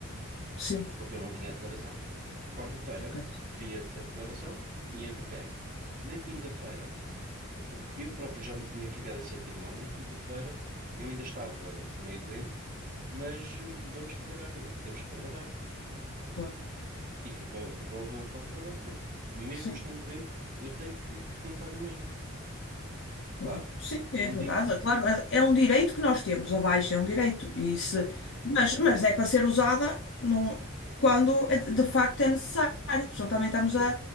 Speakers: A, on the left; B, on the right.
A: sim,
B: porque eu não tinha a declaração. Quarta-feira
A: ok,
B: pedi a, a declaração e a entreguei. Na quinta-feira, porque eu próprio já me tinha ficado a sentir mal, na quinta-feira eu ainda estava meio doente, mas eh, vamos trabalhar, eh, temos que trabalhar.
A: claro,
B: E fui para, fui para o meu local de trabalho, porque mesmo
A: sim.
B: estando doente, eu tenho que, que tentar na mesma. Claro,
A: Claro. Sim,
B: não
A: é verdade.
B: digo
A: É Claro, é é um direito que nós temos, a baixa é um direito. E se...
B: certo,
A: mas, mas é para ser usada num- quando é de facto é necessário. Senão também estamos
B: sim,
A: a